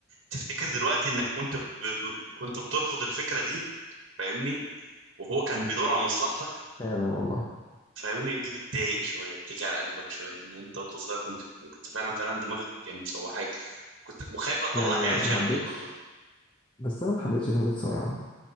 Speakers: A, on the right; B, on the left.
A: تفتكر دلوقتي انك كنت ب... ب... كنت بترفض الفكرة دي فاهمني وهو كان بيدور على مصلحتك
B: فعلا والله
A: فاهمني دي بتضايق شويه بتيجي على قلبك شويه ان انت وانت صغير كنت كنت فعلا فعلا دماغك يعني مسوحاك كنت وخايف اطلع
B: لا لا
A: عيال
B: لا
A: شبهي
B: ما حبيتش
A: والله
B: بس انا ما حبيتش فتره ثانويه عامه